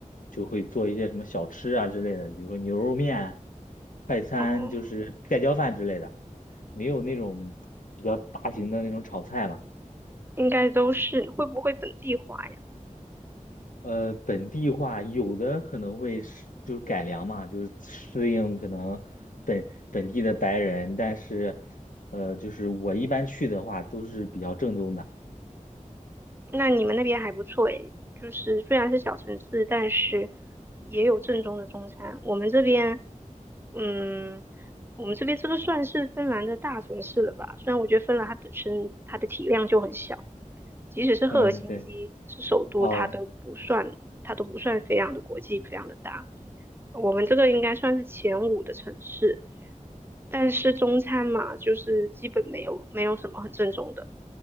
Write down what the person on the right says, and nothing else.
哦，
应该都是。会不会本地化呀？
那你们那边还不错诶，就是虽然是小城市，但是也有正宗的中餐。我们这边，嗯，我们这边这个算是芬兰的大城市了吧？虽然我觉得芬兰它本身它的体量就很小，即使是赫尔辛基是首都，
它都不算，它都不算非常的国际，非常的大。我们这个应该算是前五的城市，但是中餐嘛，就是基本没有没有什么很正宗的，